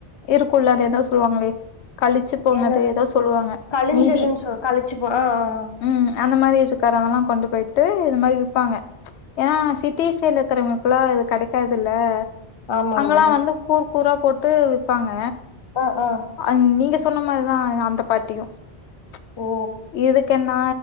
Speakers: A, on the left; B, on the left.
A: இருக்கும்ல்ல அந்த ஏதாவது சொல்லுவாங்க கழிச்சு போனது
B: என்னது
A: ஏதோ சொல்லுவாங்க
B: கழிஞ்சதுன்னு
A: மீதி
B: சொ கழிச்சு போ ஆ ஆ
A: ம் அந்த மாரி இருக்காரதெல்லாம் கொண்டு போயிட்டு இந்த மாரி விப்பாங்க ஏன்னா சிட்டிஸ் சைட்ல இருக்கறவங்களுக்குல்லாம் இது கடைக்காதுல்ல
B: ஆமாங்க
A: அங்கெல்லாம் வந்து கூர் கூரா போட்டு விப்பாங்க
B: அ அ
A: அ நீங்க சொன்ன மாரிதான் அந்த பாட்டியும் ச்
B: ஓ
A: இதுக்கு இருக்கன்னா